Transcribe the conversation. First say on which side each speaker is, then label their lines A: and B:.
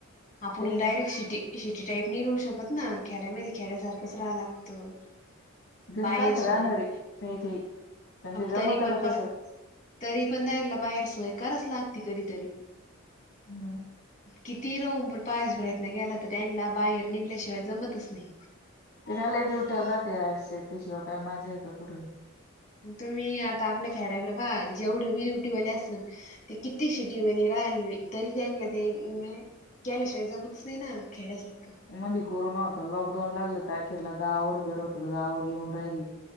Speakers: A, on the left (about 35°); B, on the left (about 65°).
A: आपण
B: ते
A: डायरेक्ट सिटी सिटी टाईप नि राहू शकत ना खेड्यामध्ये खेड्यासारखंच राहा लागतं
B: ग
A: बाहेर
B: राात
A: सोय
B: रानवरी काही काही घंट जमत
A: तरी पण
B: का
A: बा
B: तस
A: तरी पण दला बाहेर स्ोयकारच लागते कधीतरी
B: हम्
A: किती र पायास प्रयत्न केला तर त्यांला बाहेर निघल्याशिवाय जमतच नाही
B: ते खाला उठ का ते त शिवाय काय मजा येत कुठून
A: तुम्ही आता आपल्या खेड्याकडे पा जेवढं बी निुटीवाले असेल ते कितीशीेटी वणी राहिल तरी त्यांना तेल्याशिवा स् ना खे साक
B: मध्ये कोरोना होता लॉकडाऊन लागलं तर अखेरला गावावर घर होत गावावर येऊन राहिली